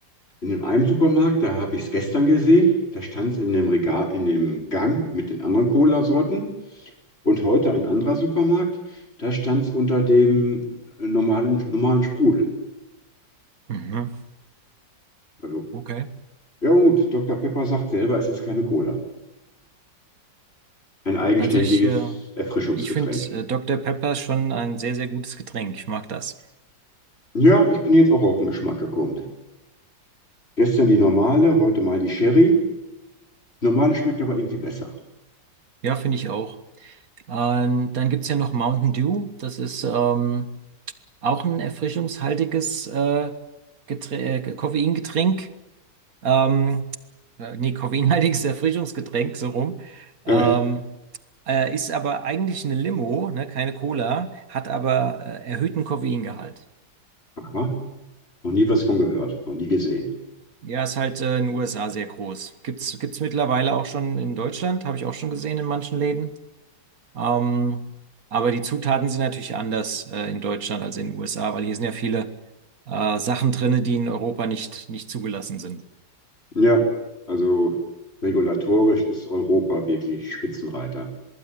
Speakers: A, on the left (about 30°); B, on the right (about 50°).
A: In dem einen Supermarkt, da habe ich es gestern gesehen, da stand es in dem Regal, in dem Gang mit den anderen Cola-Sorten. Und heute ein anderer Supermarkt, da stand es unter dem äh, normalen, normalen Sprudel.
B: Mhm.
A: Also,
B: Okay.
A: ja gut, Dr. Pepper sagt selber, es ist keine Cola. Ein eigenständiges
B: Also ich, äh,
A: Erfrischungsgetränk.
B: ich finde äh, Dr. Pepper schon ein sehr, sehr gutes Getränk. Ich mag das.
A: Ja, ich bin jetzt auch auf den Geschmack gekommen. Gestern die normale, heute mal die Sherry. Normale schmeckt aber irgendwie besser.
B: Ja, finde ich auch. Ähm, dann gibt's ja noch Mountain Dew. Das ist ähm, auch ein erfrischungshaltiges äh, Geträ äh, Koffeingetränk. Ähm, äh, nee, koffeinhaltiges <laughs> Erfrischungsgetränk, so rum.
A: Äh,
B: Ähm, äh, ist aber eigentlich eine Limo, ne, keine Cola, hat aber äh, erhöhten Koffeingehalt.
A: aha, noch nie was von gehört, noch nie gesehen.
B: Ja, ist halt äh, in den USA sehr groß. Gibt's, gibt's mittlerweile auch schon in Deutschland, habe ich auch schon gesehen in manchen Läden. Ähm, aber die Zutaten sind natürlich anders äh, in Deutschland als in den USA, weil hier sind ja viele äh, Sachen drinne, die in Europa nicht, nicht zugelassen sind.
A: Ja, also regulatorisch ist Europa wirklich Spitzenreiter.